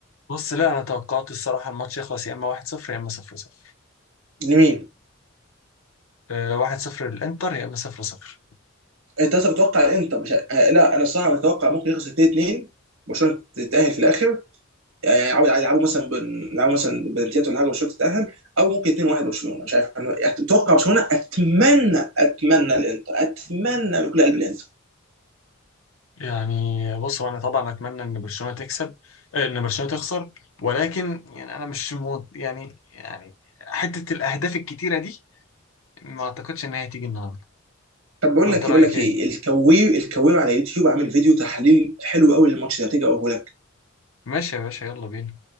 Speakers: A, on the left; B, on the right.
A: بص لا انا توقعت الصراحه الماتش يخلص يا اما 1-0 يا اما 0-0
B: لمين
A: آه، 1-0 للانتر يا اما 0-0
B: انت اصلا متوقع الانتر مش آه لا انا الصراحه متوقع ممكن يخسر 2 2 برشلونه تتاهل في الاخر يعني يلعبوا يلعبوا مثلا بن- يلعبوا مثلا بنتيات ولا حاجه برشلونه تتاهل او ممكن 2-1 برشلونه مش عارف انا اتوقع برشلونه اتمنى اتمنى الانتر اتمنى من كل قلب الانتر
A: يعني بص هو انا طبعا اتمنى ان برشلونه تكسب آه، ان برشلونه تخسر ولكن يعني انا مش مو يعني يعني حته الاهداف الكتيره دي ما اعتقدش ان هي هتيجي النهارده
B: طب بقول
A: وانت
B: لك ايه
A: رايك
B: بقول لك
A: ايه
B: ايه الكوير الكوير على يوتيوب عامل فيديو تحليل حلو قوي للماتش ده تيجي اقوله لك
A: ماشي يا باشا يلا بينا